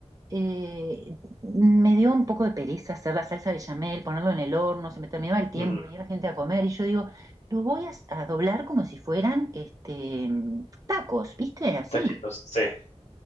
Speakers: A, on the right; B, on the left.
A: eh, me dio un poco de pereza hacer la salsa bechamel, ponerlo en el horno, se me terminaba el tiempo,
B: Ujú.
A: venía la gente a comer y yo digo, lo voy a, a doblar como si fueran este, tacos, ¿viste? Así.
B: Taquitos, sí.